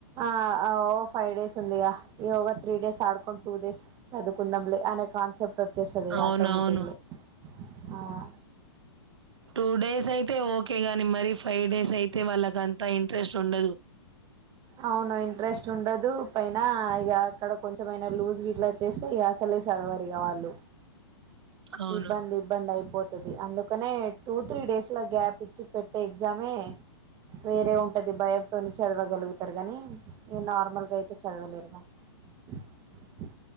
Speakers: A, on the right; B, on the right.
A: ఆహ్ ఓ ఫైవ్ డేస్ ఉందిగా యోగా త్రీ డేస్ ఆడుకోని టూ డేస్. చదువుకుందాంలే అనే కాన్సెప్ట్. వచ్చేస్ది
B: అవునవును
A: ఆటోమటిక్లీ. ఆహ్
B: టూ డేస్ అయితే ఓకే గాని మరి ఫైవ్ డేస్ అయితే వాళ్ళకంతా ఇంట్రెస్ట్ ఉండదు.
A: అవును ఇంట్రెస్ట్ ఉండదు పైన ఇగ అక్కడ కొంచెంమైనా లూజ్ ఇట్లా చేస్తే ఇక అసలే చదవరు ఇగ వాళ్ళు.
B: అవును
A: ఇబ్బంది ఇబ్బంది అయిపోత్ అందుకనే టూ త్రీ డేస్ల గ్యాప్ ఇచ్చి పెట్టే ఎగ్జామే వేరే ఉంటది భయంతోని చదవగలుగుతే తటర్ గాని ఇంక నార్మల్ గా అయితే చద్ చదవలేరుమా. ఆహ్